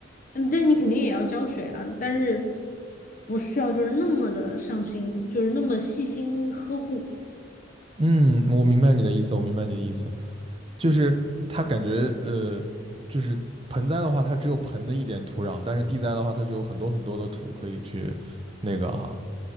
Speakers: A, on the left (about 45°); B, on the right (about 30°).
A: 嗯，但你肯定也要浇水了，但是不需要就是那么的上心，就是那么细心呵护。
B: 嗯，我明白你的意思，我明白你的意思，就是它感觉呃，就是盆栽的话，它只有盆的一点土壤，但是地栽的话，它就有很多很多的土可以去那个哈、